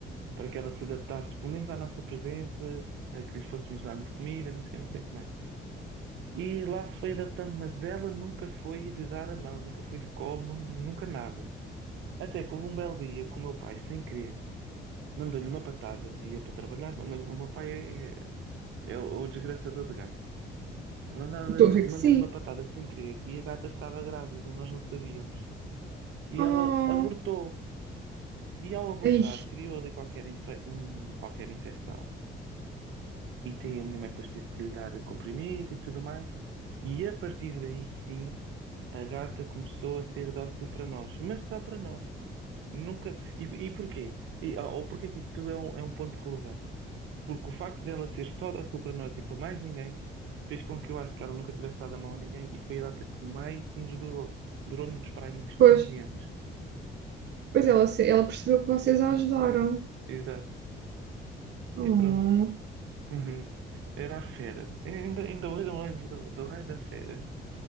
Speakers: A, on the right; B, on the right.
A: para que ela se adaptasse, pelo menos à nossa presença, a que lhe fôssemos dando de comida, não sei, o quê, não sei o que mais. E lá se foi adaptando, mas ela nunca foi de dar a mão, nunca foi de colo, nunca nada. Até que houve um belo dia que o meu pai, sem querer, mandou-lhe uma patada, ia para trabalhar, mandou-lhe, o meu pai é, é- é o o desgraçador de gatos. Mandava-lhe-
B: estou a ver
A: Mandou-lhe
B: que sim.
A: uma patada sem querer e a gata estava grávida, nós não sabíamos. E
B: Oh.
A: ela abortou. E ao abortar,
B: Ai,
A: criou ali qualquer, infe- um- qualquer infecção. E tem, a minha mãe depois teve que lhe dar comprimido e tudo mais. E a partir daí, sim, a gata começou a ser dócil para nós, mas só para nós. Nunca. E, e porquê? E, ou ou porquê que isto é um, é um ponto relevante? Porque o facto dela ser só dócil para nós e para mais ninguém fez com que eu acho que ela nunca tivesse dado a mão a ninguém e foi a data que mais nos durou. Durou-nos para aí uns
B: pois.
A: 15 anos.
B: Pois ela, ela percebeu que vocês a ajudaram.
A: Exato.
B: Oh.
A: E pronto. <laughs> Uhum. Era a fera. Ainda, ainda hoje eu me lembro do, do raio da fera.